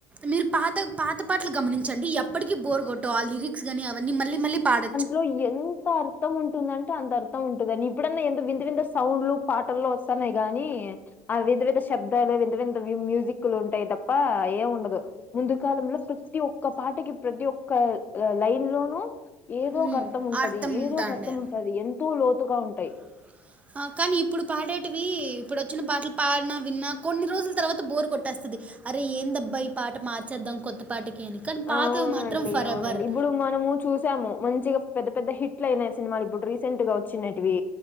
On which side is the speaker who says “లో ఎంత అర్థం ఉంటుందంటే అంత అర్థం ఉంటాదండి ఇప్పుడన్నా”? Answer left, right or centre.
Left